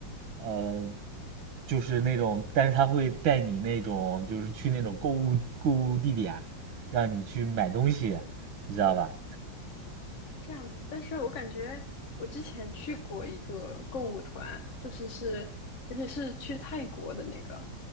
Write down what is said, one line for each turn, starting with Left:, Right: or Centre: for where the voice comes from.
Right: 呃，就是那种，但是他会带你那种，就是去那种购物购物地点，让你去买东西，你知道吧？
Left: 这样子。但是我感觉我之前去过一个购物团，就是是而且是去泰国的那个，